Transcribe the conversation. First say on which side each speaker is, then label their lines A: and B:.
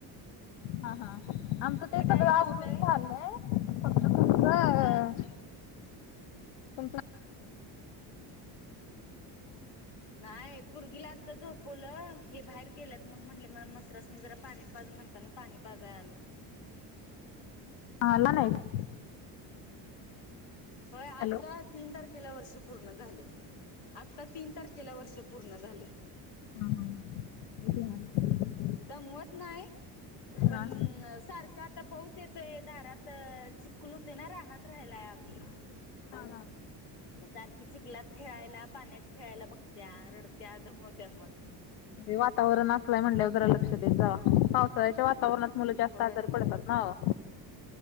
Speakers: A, on the left; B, on the left.
A: हा हा आमचं ते सगळं
B: काय नसतंय
A: आवरून झालंय फक्त तुमचं
B: हा
A: तुमचं
B: नाय पुरगीला आत्ता झोपवलं, हे बाहेर गेल्यात मंग म्हणलं मला म्हसरास्नी जरा पाणी पाज म्हणताना पाणी पाजाय आलोय
A: आला नाही
B: होय आत्ता
A: हॅलो
B: तीन तारखेला वर्ष पूर्ण झालंय, आत्ता तीन तारखेला वर्ष पूर्ण झालंय.
A: हा हा <inaudible>
B: दमवत नाय पण
A: हा
B: सार का आता पाऊस येतोय दारात चिक्कुल हुतूय ना रानात राहायलाय आम्ही.
A: हा हा
B: मग सारखी चिकलात खेळायला, पाण्यात खेळायला बघत्या, रडत्या, दमवत्या मग.
A: हे वातावरण असलं हाय म्हणल्याव जरा लक्ष देत जावा, पावसाळ्याच्या वातावरणात मुलं जास्त
B: होय
A: आजारी पडतात ना ओ